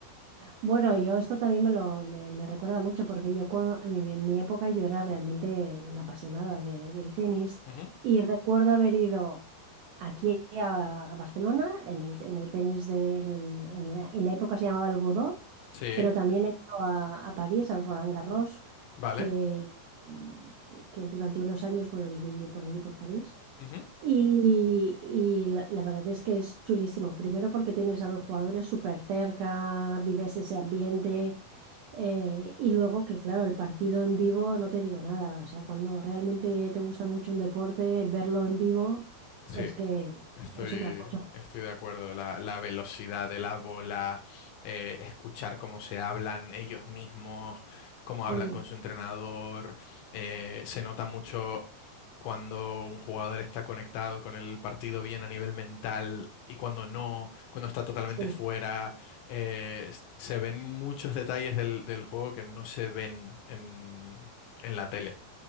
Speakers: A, on the right; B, on the left.
A: Bueno, yo esto también me lo me, me recuerda mucho porque yo cuando, en mi, en mi época yo era realmente una apasionada de- del tenis
B: Ujú.
A: y recuerdo haber ido aquí a, a Barcelona en el, en el tenis de en, el- en la, en la época se llamaba el Godó,
B: Sí,
A: pero también he ido a, a París al Roland Garros
B: vale.
A: que eh, que durante unos años bueno yo viví por allí por París.
B: Ujú.
A: Y, y la, la verdad es que es chulísimo. Primero porque tienes a los jugadores súper cerca, vives ese ambiente. eh, y luego que, claro, el partido en vivo no te digo nada. O sea, cuando realmente te gusta mucho un deporte, verlo en vivo
B: Sí,
A: es que
B: estoy,
A: es otra cosa.
B: estoy de acuerdo. La, la velocidad de la bola, eh, escuchar cómo se hablan ellos mismos, cómo hablan
A: Sí,
B: con su entrenador. eh, se nota mucho cuando un jugador está conectado con el partido bien a nivel mental y cuando no, cuando está totalmente
A: sí.
B: fuera. Eh, s- se ven muchos detalles del, del juego que no se ven en, en la tele.